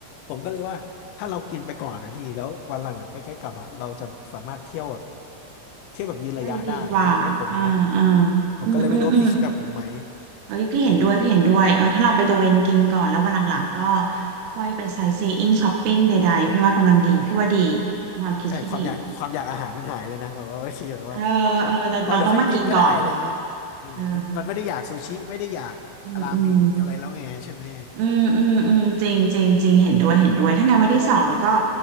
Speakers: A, on the left; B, on the right.
A: ผมก็เลยว่าถ้าเรากินไปก่อนนะพี่แล้ววันหลังๆใกล้ๆกลับอ่ะเราจะสามารถเที่ยวแบบเที่ยวแบบยืนระยะได้เนี่ยเนี่ยผมนะ
B: ได้ดีกว่าอ่าอ่า
A: ผมก็เลยไม่รู้ว่าพี่คิดแบบผมไหม
B: อืมอืมอืม เอ้ยพี่เห็นด้วยพี่เห็นด้วยเออถ้าเราไปตะเวนกินก่อนแล้ววันหลังๆก็
A: เออ
B: ค่อยไปไซต์ซีอิ้งช้อปปิ้งใดๆพี่ว่ากำลังดีพี่ว่าดีความคิดที่ดี
A: ใช่ความอยากความอยากอาหารมันหายเลยนะแบบว่าบางทีแบบว่าโอ๊ะอ๋อเดี๋ยวค่อยกินก็ได้อะไรเงี้ยเออมันมันไม่ได้อยากซูชิไม่ได้อยากราเมงอะไรแล้วไงใช่ไหม
B: เออเออเราเราต้องมากินก่อนเอออืมอืมอืมอืมอืมจริงจริงจริงเห็นด้วยเห็นด้วยถ้างั้นวันที่สองเราก็
A: แล้วก็อิ